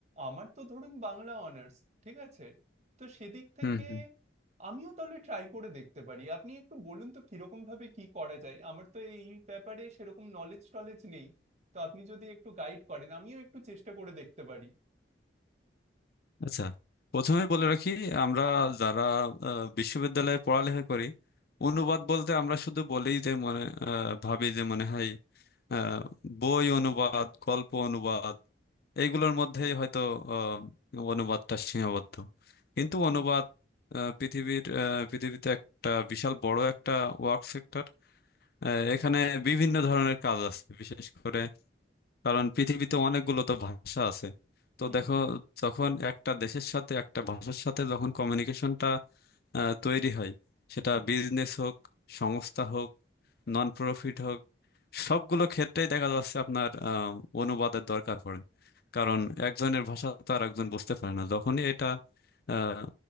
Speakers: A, on the right; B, on the left.
A: আমার তো ধরুন বাংলা অনার্স ঠিক আছে তো সেদিক থেকে
B: হুম হুম
A: আমিও তাহলে ট্রাই করে দেখতে পারি আপনি একটু বলুন তো কিরকম ভাবে কি করা যায় আমার তো এই ব্যাপারে সেরকম নলেজ টলেজ নেই তো আপনি যদি একটু গাইড করেন আমিও একটু চেষ্টা করে দেখতে পারি
B: আচ্ছা প্রথমে বলে রাখি আমরা যারা আহ, বিশ্ববিদ্যালয়ে পড়ালেখা করি অনুবাদ
A: হুম হুম
B: বলতে আমরা শুধু বলেই যে মনে আহ, ভাবি যে মনে হয় আহ, বই অনুবাদ গল্প অনুবাদ এইগুলোর মধ্যেই হয়তো আহ, অনুবাদটা সীমাবদ্ধ কিন্তু অনুবাদ
A: হুম
B: আহ, পৃথিবীর আহ, পৃথিবীতে একটা বিশাল বড় একটা ওয়ার্ক সেক্টর আহ, এখানে
A: আচ্ছা
B: বিভিন্ন ধরনের কাজ আছে বিশেষ করে কারণ পৃথিবীতে অনেকগুলো তো ভাষা আছে তো
A: হুম
B: দেখো
A: হুম
B: যখন একটা দেশের সাথে একটা ভাষার সাথে যখন কমিউনিকেশনটা তৈরি হয় সেটা
A: হুম
B: বিজনেস হোক সংস্থা হোক নন প্রফিট হোক সবগুলো ক্ষেত্রেই দেখা যাচ্ছে আপনার আহ, অনুবাদের দরকার পড়ে কারণ একজনের ভাষা তো আর একজন বুঝতে পারে না যখনই এটা আহ,